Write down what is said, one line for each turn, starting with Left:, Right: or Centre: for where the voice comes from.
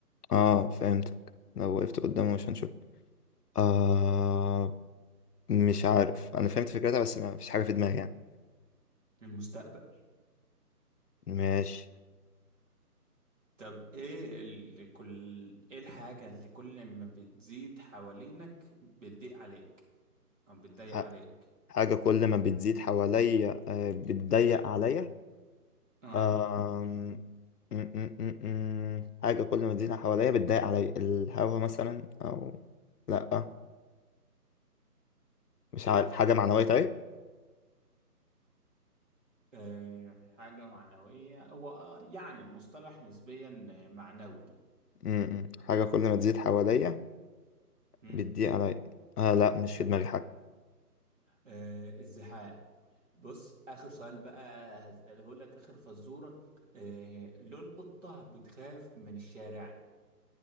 Left: اه فهمتك لو وقفت قدامه مش هنشوف آه مش عارف انا فهمت فكرتها بس ما فيش حاجه في دماغي يعني
Right: المستقبل
Left: ماشي
Right: طب ايه اللي كل ايه الحاجة اللي كل ما بتزيد حوالينك بتضيق عليك او بتضايق
Left: ح-
Right: عليك
Left: حاجه كل ما بتزيد حواليا آه بتضيق عليا
Right: اه
Left: آم، م- م- م- م. حاجه كل ما تزيد حواليا بتضيق عليا الهوا مثلا او لا مش عارف حاجه معنويه طيب
Right: آه، حاجة معنوية هو آه، يعني المصطلح نسبيا آه، معنوي
Left: م- م. حاجه كل ما تزيد حواليا
Right: مم.
Left: بتضيق عليا آه لا مش في دماغي حاجه
Right: آه، الزحام بص آخر سؤال بقى هسأله لك آخر فزورة آه، ليه القطة بتخاف من الشارع